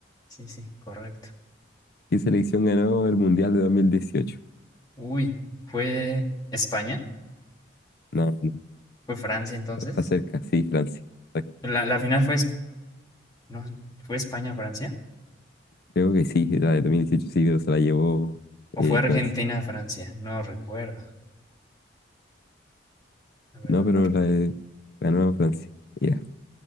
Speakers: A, on the left (about 20°); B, on the left (about 55°).
A: Sí, sí, correcto.
B: ¿Qué selección ganó el Mundial de 2018?
A: Uy, ¿fue España?
B: No, no,
A: ¿Fue Francia entonces?
B: está cerca, sí, Francia. Está-
A: La, la final fue, es- no, ¿fue España-Francia?
B: Creo que sí, la de 2018 sí, pero se la llevó
A: O
B: eh,
A: fue Argentina-Francia,
B: Francia.
A: no recuerdo. La verdad
B: No,
A: no
B: pero
A: recuerdo.
B: la de, ganó Francia. Ya,